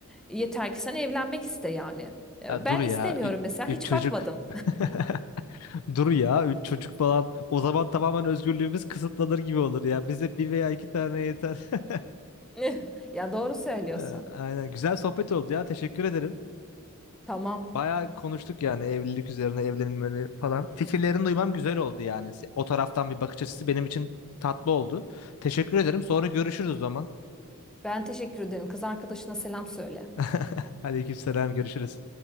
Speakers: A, in the centre; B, on the left.
A: yeter ki sen evlenmek iste yani E,
B: Ya
A: ben
B: dur ya
A: istemiyorum
B: ü-
A: mesela
B: üç
A: hiç
B: çocuk.
A: bakmadım
B: <laughs> Dur ya üç çocuk falan. O zaman tamamen özgürlüğümüz kısıtlanır gibi olur ya. Bize bir veya iki tane yeter. <laughs>
A: <laughs> ya doğru söylüyorsun
B: Ee, Aynen. Güzel sohbet oldu ya. Teşekkür ederim.
A: tamam.
B: Bayağı konuştuk yani evlilik üzerine evlenilmeli falan. Fikirlerini duymam güzel oldu yani. Se- O taraftan bir bakış açısı benim için tatlı oldu. Teşekkür ederim. Sonra görüşürüz o zaman.
A: Ben teşekkür ederim. Kız arkadaşına selam söyle.
B: <laughs> Aleykümselam görüşürüz.